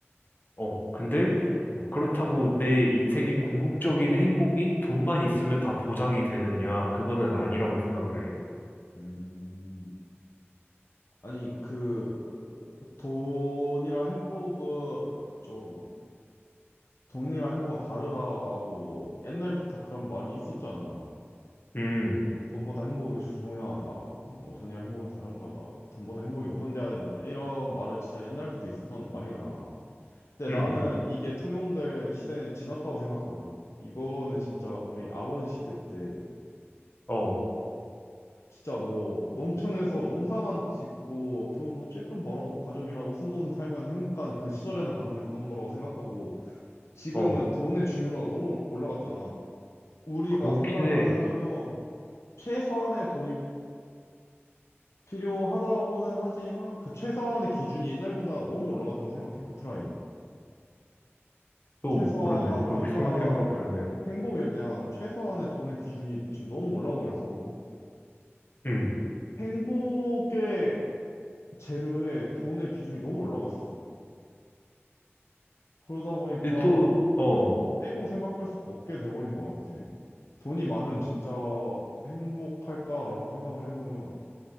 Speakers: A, on the left (about 45°); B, on the left (about 80°).
A: 어, 근데
B: 근데, 어,
A: 그렇다고 내 인생의 궁극적인 행복이 돈만 있으면 다 보장이 되느냐? 그거는 아니라고 생각을 해.
B: 음. 아니, 그, 돈이랑 행복은 좀 돈이랑 행복은 다르다라고 뭐 옛날부터 그런 말이 있었잖아.
A: 음,
B: 돈보다 행복이 중요하다. 뭐 돈이랑 행복은 다른 거다. 돈보다 행복이 우선돼야 된다. 이런 말은 진짜 옛날부터 있었던 말이구나. 근데
A: 음,
B: 나는
A: 음.
B: 이게 통용될 시대는 지났다고 생각하거든. 이거는 진짜 우리 아버지 시대 때
A: 어,
B: 진짜 뭐 농촌에서 농사만 짓고 돈 뭐 찔끔 벌어도 가족이랑 오순도순 살면 행복한 그 시절에나 가능했던 거라고 생각하고 지금은
A: 어.
B: 돈의 중요도가 너무 올라갔잖아. 우리가
A: 그렇긴
B: 생활을
A: 해.
B: 하려면 최소한의 돈이 필요하다고는 하지만 그 최소한의 기준이 옛날보다 너무 올라갔다고 생각해, 커트라인이.
A: 또
B: 최소한
A: 그러네. 그렇게
B: 필요한
A: 생각해보니까 그러네.
B: 어, 행복에 대한 최소한의 돈의 기준이 지금 너무 올라가 그래서
A: 음.
B: 행복의 재료에 돈의 비중이 너무 올라갔어. 그러다 보니까
A: 근데
B: 어,
A: 또, 어,
B: 떼고 생각할 수가 없게 돼버린 것 같아. 돈이 많으면 진짜 행복할까라고 생각을 해보면